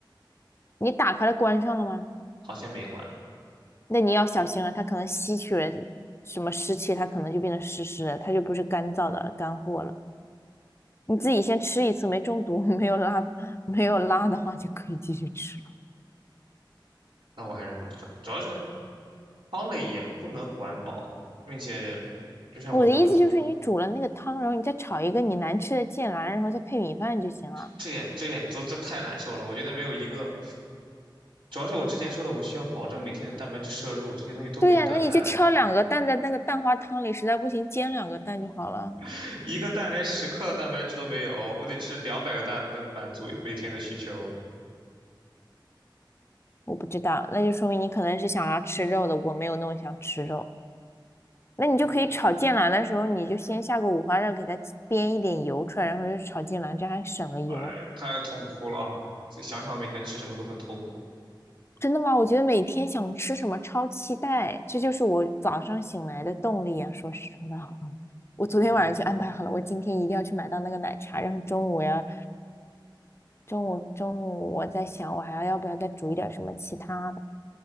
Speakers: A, on the left; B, on the right.
A: 你打开了关上了吗？
B: 好像没关，
A: 那你要小心了，它可能吸取了什么湿气，它可能就变得湿湿的，它就不是干燥的干货了。你自己先吃一次，没中毒，<laughs> 没有拉，没有拉的话就可以继续吃。
B: 那我还是不吃了。主要是汤类也不能管饱，并且就像我说，
A: 我的意思就是，
B: 我这
A: 你煮了那个汤，然后你再炒一个你难吃的芥兰，然后再配米饭就行了。
B: 这也这也都这太难受了。我觉得没有一个，主要是我之前说的，我需要保证每天的蛋白质摄入，这些东西都没有蛋白，
A: 对呀，那你就挑两个蛋在那个蛋花汤里，实在不行煎两个蛋就好了。
B: <laughs> 一个蛋连十克的蛋白质都没有，我得吃两百个蛋才能满足每天的需求。
A: 我不知道，那就说明你可能是想要吃肉的，我没有那么想吃肉。那你就可以炒芥兰的时候，
B: 嗯，
A: 你就先下个五花肉，给它煸一点油出来，然后就炒芥兰，这样还省了油。
B: 哎，太痛苦了啊，所以想想每天吃什么都很痛苦。
A: 真的吗？我觉得每天想吃什么超期待，这就是我早上醒来的动力啊！说实话。我昨天晚上就安排好了，
B: 嗯。
A: 我今天一定要去买到那个奶茶，然后中午我要，中午中午我在想，我还要不要再煮一点什么其他的？